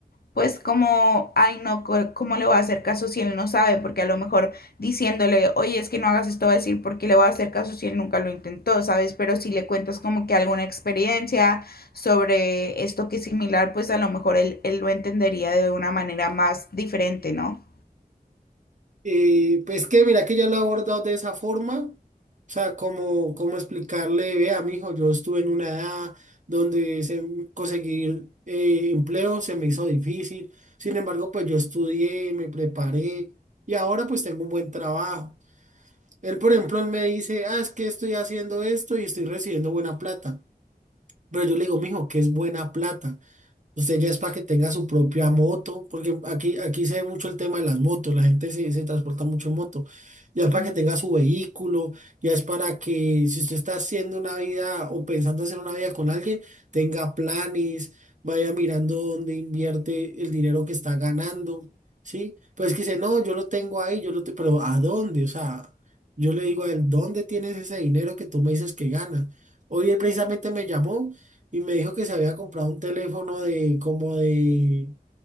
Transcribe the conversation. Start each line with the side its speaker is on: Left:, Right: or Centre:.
Left: pues como, ay no, co- ¿cómo le voy a hacer caso si él no sabe? Porque a lo mejor diciéndole, oye, es que no hagas esto, va a decir, ¿por qué le voy a hacer caso si él nunca lo intentó, ¿sabes? Pero si le cuentas como que alguna experiencia sobre esto que es similar, pues a lo mejor él, él lo entendería de una manera más diferente, ¿no?
Right: Eh, pues que mira que ya lo he abordado de esa forma, o sea, como, como explicarle, vea, mijo, yo estuve en una edad donde se- conseguir eh, empleo se me hizo difícil, sin embargo, pues yo estudié, me preparé y ahora pues tengo un buen trabajo. Él, por ejemplo, él me dice, ah, es que estoy haciendo esto y estoy recibiendo buena plata, pero yo le digo, mijo, ¿qué es buena plata? Usted ya es para que tenga su propia moto, porque aquí, aquí se ve mucho el tema de las motos, la gente se, se transporta mucho en moto. Ya
Left: Ok,
Right: es para que tenga su vehículo, ya es para que si usted está haciendo una vida o pensando hacer una vida con alguien, tenga planes, vaya mirando dónde invierte el dinero que está ganando, ¿sí? Pues que dice, no, yo lo tengo ahí, yo lo te-", pero ¿a dónde? O sea, yo le digo a él, ¿dónde tienes ese dinero que tú me dices que ganas? Hoy él precisamente me llamó y me dijo que se había comprado un teléfono de como de,